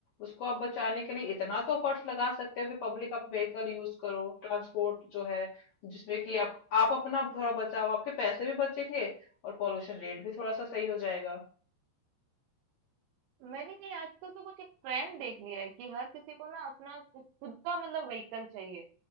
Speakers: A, on the left; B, on the right.
A: उसको आप बचाने के लिए इतना तो एफर्ट्स लगा सकते हो कि पब्लिक आप व्हीकल यूज करो ट्रांसपोर्ट जो है जिसमें कि आप आप अपना थोड़ा बचाओ आपके पैसे भी बचेंगे और पॉल्यूशन रेट भी थोड़ा सा सही हो जाएगा
B: मैंने ये आजकल तो कुछ एक ट्रेंड देख लिया है कि हर किसी को ना अपना कुछ खुद का मतलब व्हीकल चाहिए